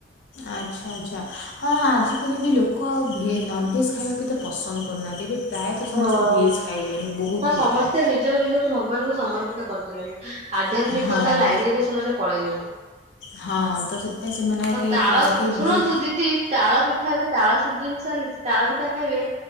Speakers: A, on the left (about 75°); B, on the right (about 30°).
A: ଆଚ୍ଛା ଆଚ୍ଛା ହଁ ଆଜିକାଲି ବି ଲୋକ ଆଉ ଭେ ନନ୍ଭେଜ୍ ଖାଇବାକୁ କେତେ ପସନ୍ଦ କରୁନାହାନ୍ତି ଏବେ। ପ୍ରାୟତଃ ସମସ୍ତେ
B: ହଁ।
A: ଭେଜ୍ ଖାଇଲେଣି ବହୁତ
B: ତ ସମସ୍ତେ
A: ଲୋକ।
B: ନିଜ ନିଜକୁ ଭଗବାନଙ୍କୁ ସମର୍ପିତ କରିଦେଲେଣି ଆଧ୍ୟାତ୍ମିକତା
A: ହଁ।
B: ଲାଇନ ରେ ସେମାନେ ପଳେଇଲେଣି।
A: ହଁ ତ ସେଥିପାଇଁ ସେମାନେ ଆଉ କି
B: ତାଳ
A: ଆଉ କେହି
B: ଶୁଣନ୍ତୁ
A: ବି
B: ଦିଦି ତାଳ ପିଠା ଏବେ ତାଳ ସିଯିନ ଚାଲିଚି ତାଳ ପିଠା ଖାଇବେ